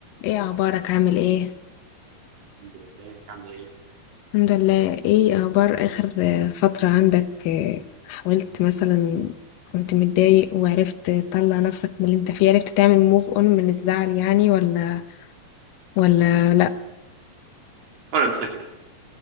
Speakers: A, on the left; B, on the right.
A: ايه اخبارك عامل ايه
B: الحمد لله انت عامله ايه
A: الحمد لله ايه اخبار اخر آه، فترة عندك إيه، حاولت مثلا كنت متضايق وعرفت تطلع نفسك من اللي انت فيه عرفت تعمل موف اون من الزعل يعني ولا ولا لا
B: بحاول انفجر